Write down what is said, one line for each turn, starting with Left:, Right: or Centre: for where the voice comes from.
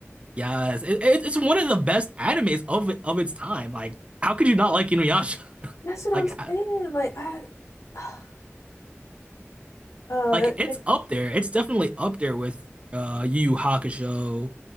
Right: Yes. It, it- it's one of the best animes of of its time. Like, how could you not like Inuyasha? <laughs>
Left: That's what I'm
Right: Like,
Left: saying.
Right: I-
Left: Like I, <sighs> uh,
Right: like it's
Left: it-
Right: up there. It's definitely up there with uh Yu Yu Hakusho,